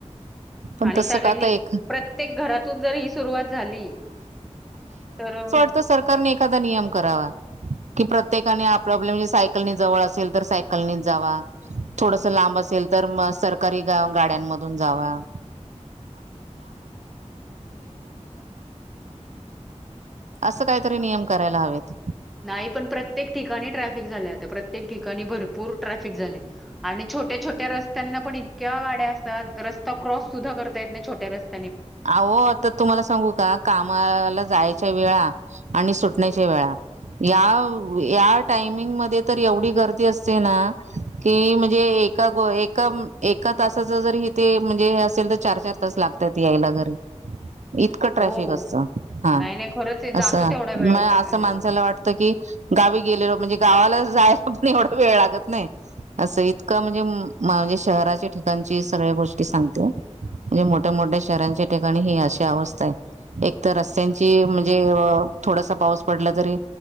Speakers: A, in the centre; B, on the right.
A: <inaudible>
B: पण
A: आणि
B: तसं
A: सगळ्यांनी
B: का आता एक
A: प्रत्येक घरातून जर ही सुरुवात झाली तर
B: फक्त सरकारनी एखादा नियम करावा की प्रत्येकान सायकलनी जवळ असेल तर सायकलनी जावा. थोडस लांब असेल तर मग सरकारी गाड्या मधून जावा. <inaudible> असं काहीतरी नियम
A: अ,
B: करायला हवेत.
A: नाही पण प्रत्येक ठिकाणी ट्रॅफिक जालय आता प्रत्येक ठिकाणी भरपूर ट्रॅफिक झाले आणि छोट्या छोट्या रस्त्यांना पण, इतक्या गाड्या असतात रस्ता क्रॉस सुद्धा करता येत नाही छोट्या रस्ते
B: आओ तर तुम्हाला सांगू का कामाला जायचं. च्या वेळा आणि सुटण्याच्या वेळा याव या टायमिंग मध्ये तर एवढी गर्दी असते ना की म्हणजे, एका ए एका तासाच जर ते म्हणजे असेल तर चार चार तास लागतात. ते यायला घरी इतकं ट्रॅफिक
A: हो,
B: असतं हा.
A: नाही नाही खरंच आहे जातो
B: असं
A: तेवढा वेळ
B: म असं
A: ट- हे.
B: माणसाला वाटतं की गावी गेलेलो म्हणजे गावाला जायच पण ऐवढा वेळ लागत नाही असं इतका म्हणजे शहराच्या ठिका सगळ्या गोष्टी सांगते म्हणजे मोठ्या मोठ्या शहरांच्या ठिकाणी ही अशी अवस्था आहे <unintelligible> एक तर रस्त्यांची म्हणजे थोडासा पाऊस पडला तरी